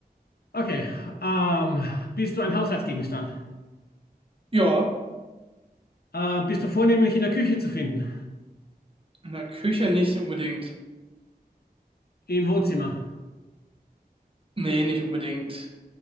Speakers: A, on the left; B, on the right.
A: Okay. Ähm, bist du ein Haushaltsgegenstand?
B: Ja,
A: Äh, bist du vornehmlich in der Küche zu finden?
B: in der Küche nicht unbedingt.
A: Im Wohnzimmer?
B: Nee, nicht unbedingt.